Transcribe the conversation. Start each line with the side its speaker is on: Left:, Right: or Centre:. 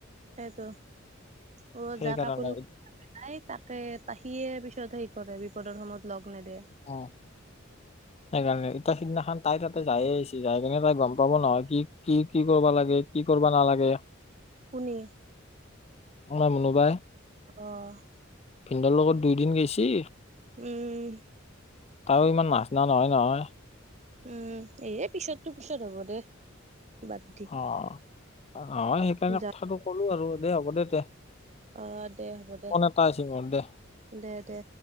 Right: সেইটো অ',
Left: সেইকাৰণে
Right: যা, কাপোৰ নাই তাকে তাহিয়ে পিছত হে, কৰে, বিপদৰ সময়ত লগ নেদে।
Left: অ'।
Right: উ।
Left: সেইকাৰণে ইতিৰ সিদিনাখন তাই তাতে যায়ে আহিছে যাই কিনে তাই গ'ম পাব নহয় কি, কি, কি, কৰিবা লাগে। কি কৰিব নালাগে।
Right: কোনি।
Left: আমাৰ মুনু বাই।
Right: অ'।
Left: সিহঁতৰ লগত দুইদিন গেইছি।
Right: উম।
Left: আৰু ইমান নাজনা নহয় নহয়।
Right: উম, এ পিছতটো, পিছত হ'ব দে। বাদ দি
Left: অ', অ', সেই তেনে
Right: যা
Left: কথাটো ক'লোঁ আৰু, দেই হ'ব দে, দে,
Right: অ দে হ'ব দে
Left: ফোন এটা আহছে মোৰ, দে।
Right: দে, দে।